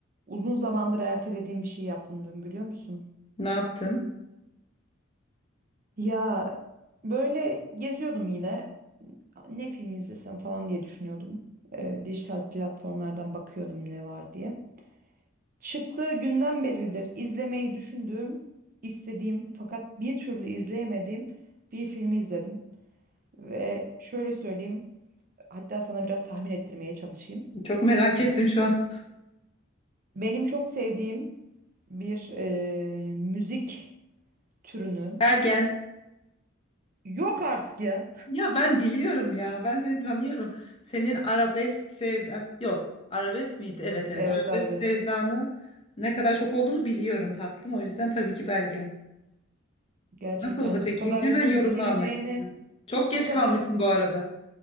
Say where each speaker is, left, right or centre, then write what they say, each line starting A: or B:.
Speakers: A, on the right; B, on the left.
A: Uzun zamandır ertelediğim bir şey yaptım dün biliyor musun?
B: Ne yaptın?
A: Ya böyle geziyordum yine. Ne film izlesem falan diye düşünüyordum. Ee, dijital platformlardan bakıyordum ne var diye. Çıktığı günden beridir izlemeyi düşündüğüm, istediğim fakat bir türlü izleyemediğim bir filmi izledim. Ve şöyle söyleyeyim, hatta sana biraz tahmin ettirmeye çalışayım.
B: Çok merak ettim şu an.
A: Benim çok sevdiğim bir e, müzik türünün,
B: Ergen.
A: yok artık ya.
B: Ya ben biliyorum ya. Ben seni tanıyorum. Senin arabesk sevdan yok. Arabesk miydi? Evet evet.
A: Evet
B: Arabesk
A: arabesk.
B: sevdanı ne kadar çok olduğunu biliyorum tatlım. O yüzden tabii ki Bergen.
A: Gerçekten
B: Nasıldı peki?
A: bu kadar
B: Hemen
A: hızlı
B: yorumunu
A: bileceğini
B: almak istiyorum. Çok geç
A: bu kadar
B: kalmışsın bu arada.